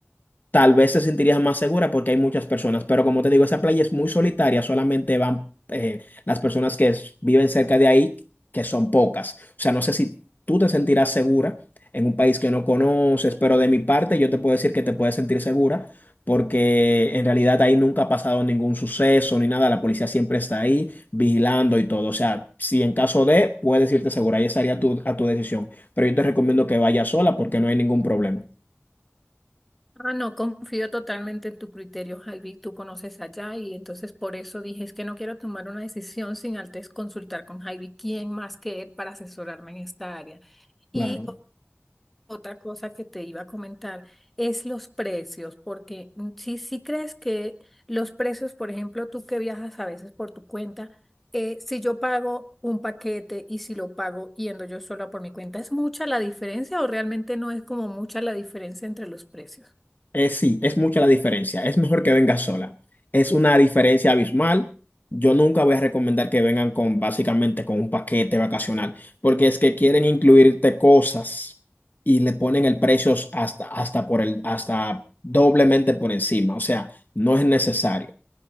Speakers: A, on the left; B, in the centre.
A: tal vez te sentirías más segura porque hay muchas personas, pero como te digo, esa playa es muy solitaria, solamente van eh, las personas que s- viven cerca de ahí, que son pocas. O sea, no sé si tú te sentirás segura en un país que no conoces, pero de mi parte yo te puedo decir que te puedes sentir segura porque en realidad ahí nunca ha pasado ningún suceso ni nada, la policía siempre está ahí vigilando y todo. O sea, si en caso de, puedes irte segura, ahí estaría tu- a tu decisión, pero yo te recomiendo que vayas sola porque no hay ningún problema.
B: Ah, no, confío totalmente en tu criterio, Javi, tú conoces allá y entonces por eso dije, es que no quiero tomar una decisión sin antes consultar con Javi, quién más que él para asesorarme en esta área. Y
A: Claro.
B: Otra cosa que te iba a comentar es los precios, porque mm, si, si crees que los precios, por ejemplo, tú que viajas a veces por tu cuenta, eh, si yo pago un paquete y si lo pago yendo yo sola por mi cuenta, ¿es mucha la diferencia o realmente no es como mucha la diferencia entre los precios?
A: Eh, sí, es mucha la diferencia. Es mejor que venga sola. Es una diferencia abismal. Yo nunca voy a recomendar que vengan con básicamente con un paquete vacacional, porque es que quieren incluirte cosas y le ponen el precio hasta, hasta por el, hasta doblemente por encima. O sea, no es necesario.